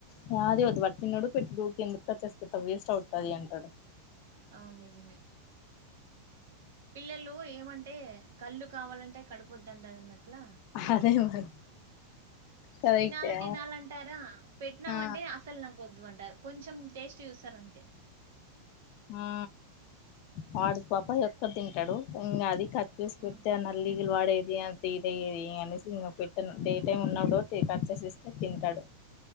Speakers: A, on the left; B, on the right.
A: శారీ
B: హ్మ్.
A: వచ్చి పట్టుకున్నోడు పెట్టి దూకిండు టచ్చేసి పెడితే వేస్ట్ అవుతది అంటడు
B: అవును నిజమే పిల్లలు ఏమంటే కల్లు కావాలంటే కడుప్ వొద్దంటదండి అట్ల
A: అదే మరి కరెక్టే
B: తినాల తినాలంటారా పెట్టినామంటే
A: ఆ
B: అసల్ నాక్ వద్దు అంటారు కొంచెం టేస్ట్ చూస్తరు అంతే
A: ఆ వాడు పాప
B: హ్మ్.
A: ఎక్కువ తింటడు ఇంగ అది కట్ చేసి
B: హ్మ్.
A: పెడితే నల్ దిగులు వడేది అంత ఇదయ్యేది అనేసి ఇంక పెట్టను డే టైమ్ ఉన్నప్పుడు కట్ చేసి ఇస్తే తింటాడు